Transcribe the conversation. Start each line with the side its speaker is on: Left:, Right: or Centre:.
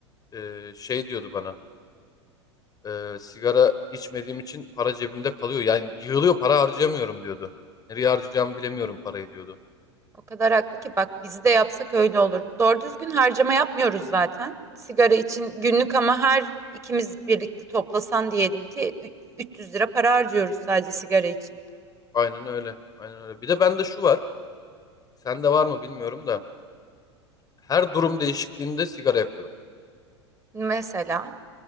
Left: Ee, şey diyordu bana. e, sigara içmediğim için para cebimde kalıyor. Yani yığılıyor para harcayamıyorum diyordu. Nereye harcayacağımı bilemiyorum parayı diyordu.
Right: O kadar haklı ki bak biz de yapsak öyle olur. Doğru düzgün harcama yapmıyoruz zaten. Sigara için günlük ama her ikimiz birlikte toplasan diyelim ki ü- 300 lira para harcıyoruz sadece sigara için.
Left: Aynen öyle. Aynen öyle. Bir de bende şu var. Sende var mı bilmiyorum da. Her durum değişikliğinde sigara yapıyorum ben.
Right: Mesela.